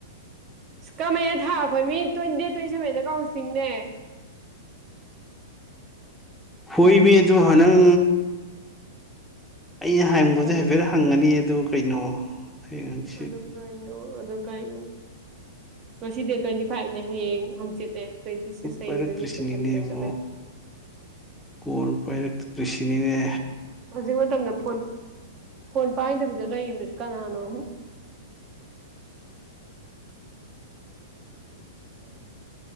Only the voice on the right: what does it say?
ꯑꯁ ꯀꯃꯥꯏꯅ ꯊꯥꯛꯈꯣ ꯃꯤ ꯇ꯭ꯋꯦꯟꯇꯤ ꯇ꯭ꯋꯦꯟꯇꯤ ꯁꯕ‌ꯦꯟꯗ ꯀꯥꯎꯟꯁꯤꯂꯤꯡꯅꯦ
ꯀꯔꯤ
ꯑꯗꯨ ꯀꯩꯅꯣ ꯑꯗ‌ꯣ ꯀꯩ ꯉꯁꯤ ꯗꯦꯠ ꯇ꯭ꯋꯦꯟꯇꯤ ꯐꯥꯏꯚꯅꯦ ꯍꯌꯦꯡ ꯍꯪꯆꯤꯠꯅꯦ ꯇꯋ‌ꯦꯟꯇꯤ ꯁꯤꯛꯁ ꯍꯌ‌ꯦꯡ
ꯇꯋ‌ꯦꯟꯇꯤ ꯁꯤꯛꯁ ꯇꯌ‌ꯦꯡ ꯇꯨꯋ‌ꯦꯟꯇꯤ ꯁꯕ‌ꯦꯟ
ꯍꯧꯖꯤꯛ ꯃꯇꯝꯗ ꯐꯣꯟ ꯐꯣꯟ ꯄꯥꯏꯗꯕꯤꯗ ꯂꯩꯔꯤꯕꯁꯤ ꯀꯅꯥꯅꯣ <inaudible>